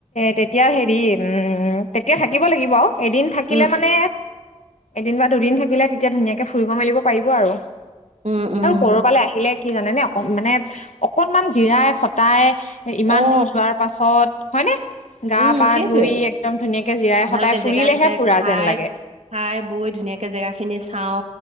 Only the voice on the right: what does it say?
উম
উম উম
অ
উম
সেইটোৱে
ভালকে
জেগা সদায়
খাই
খাই বৈ ধুনীয়াকে জেগা খিনি চাও